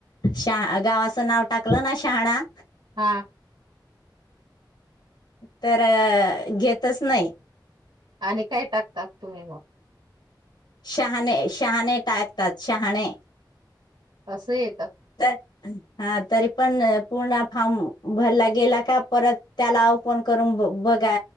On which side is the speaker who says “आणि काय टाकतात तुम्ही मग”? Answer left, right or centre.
Right